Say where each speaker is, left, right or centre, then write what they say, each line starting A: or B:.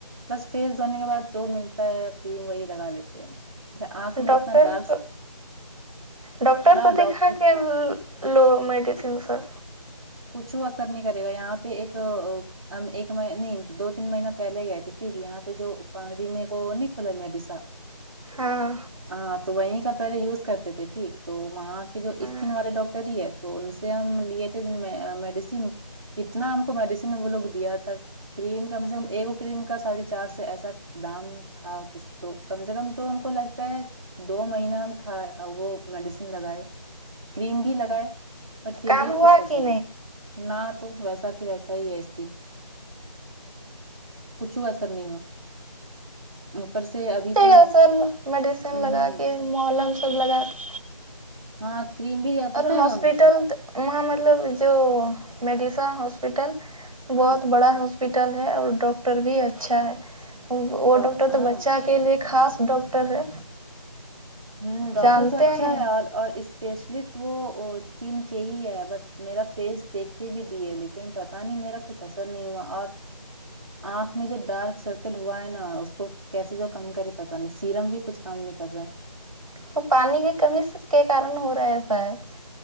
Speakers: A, on the right; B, on the right.
A: بس فیس دھونے کے بعد جو ملتا ہے کریم وہی لگا لیتے ہیں آنکھ میں
B: ڈاکٹر
A: اتنا ڈارک
B: کو ڈاکٹر
A: نہ
B: کو
A: ڈاکٹر
B: دکھا کے ل لو میڈیسن سر
A: کچھ اثر نہیں کرے گا یہاں پہ ایک ہم ایک نہیں دو تین مہینہ پہلے گئے تھے ٹھیک یہاں پہ جو پانگڑی میں ایک وہ نہیں کھلا میڈیسا
B: ہاں
A: ہاں تو وہیں کا پہلے یوز کرتے تھے ٹھیک تو وہاں کے جو
B: ہاں
A: اسکن والے ڈاکٹر ہی ہے تو ان سے ہم لیے تھے میڈیسین کتنا ہم کو میڈیسین وہ لوگ دیا تھا کریم کم سے کم ایکو کریم کا ساڑھے چار سو ایسا دام تھا کچھ تو کم سے کم تو ہم کو لگتا ہے دو مہینہ ہم کھائے وہ میڈیسین لگائے کریم بھی لگائے بٹ پھر
B: کام
A: بھی
B: ہوا
A: کچھ اثر
B: کہ
A: نہیں نہ تو ویسا کہ ویسا ہی ہے اسکین کچھ اثر نہیں ہوا اوپر سے ابھی تو میں-
B: ل میڈیسین
A: ہوں
B: لگا کے محلم سب لگا کے
A: ہاں کریم بھی زیادہ
B: اور
A: پسند
B: ہاسپٹل
A: ہے <unintelligible>
B: وہاں مطلب جو میڈیسا ہاسپٹل بہت
A: ہاں
B: بڑا ہا ہسپٹل ہے اور ڈاکٹر بھی اچھا ہے وہ
A: ڈ
B: ڈاکٹر
A: ہاں
B: تو بچہ کے لیے خاص ڈاکٹر ہے
A: ہوں ڈاکٹر
B: جانتے
A: تو اچھا
B: ہیں
A: ہے اور اور اسپیشلسٹ وہ اسکن کے ہی ہے بٹ میرا فیس دیکھ کے بھی دیے لیکن پتا نہیں میرا کچھ اثر نہیں ہوا اور آنکھ میں جو ڈارک سرکل ہوا ہے نا اس کو کیسے جو کم کرے پت نہیں سییرم بھی کچھ کام نہیں کر رہا ہے
B: تو پانی کی کمی کے کارن ہو رہا ہے ساید